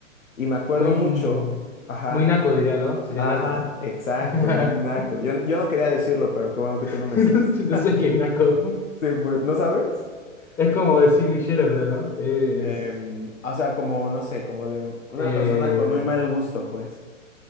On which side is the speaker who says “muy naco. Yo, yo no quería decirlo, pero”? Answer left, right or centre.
Left